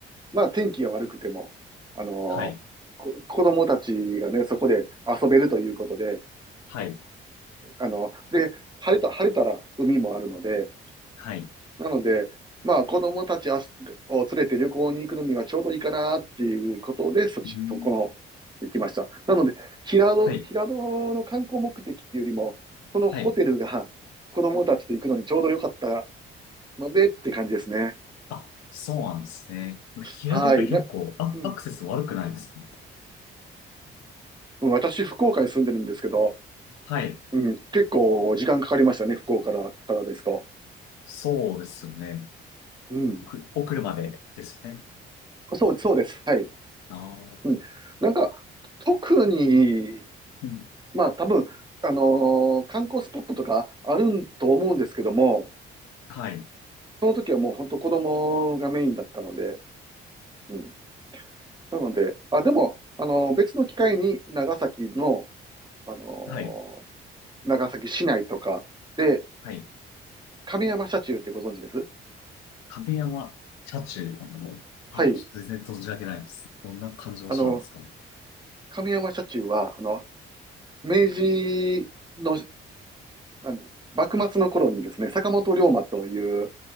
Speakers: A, on the right; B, on the left.
A: まあ、天気が悪くても、あの、
B: はい。
A: こ、子供たちがね、そこで遊べるということで、
B: はい。
A: あの、で、晴れた、晴れたら海もあるので、
B: はい。
A: なので、まあ子供たちあすを連れて旅行に行くのにはちょうどいいかなっていうことで、そっち、
B: うん。
A: そこの、行きました。なので、平戸、
B: はい。
A: 平戸の観光目的っていうよりも、そのホテルが子供たちと行くのにちょうど良かった
B: はい。
A: のでって感じですね。
B: あ、そうなんですね。平戸って結構あ、
A: はい。な、うん。
B: アクセス悪くないですか
A: うん私、福岡に住んでるんですけど、
B: はい。
A: うん、結構時間かかりましたね、福岡からからですと。
B: そうですよね。
A: うん。
B: く、お車でですよね。
A: そう、そうです。はい。
B: ああ、
A: うん。なんか、特に
B: うん。
A: まあ多分、あのー観光スポットとかあるんと思うんですけども、
B: はい。
A: その時はもう本当子供がメインだったので、うん。なので、あ、でも、あのー別の機会に長崎の、あの
B: はい。
A: ー長崎市内とかで、
B: はい。
A: 亀山社中ってご存知です
B: 亀山車中、あの、あ、
A: はい。
B: ちょっと全然存じ上げないです。どんな感じの車なんですか
A: あの、亀山社中は、あの、明治の、あの幕末の頃にですね、坂本龍馬という、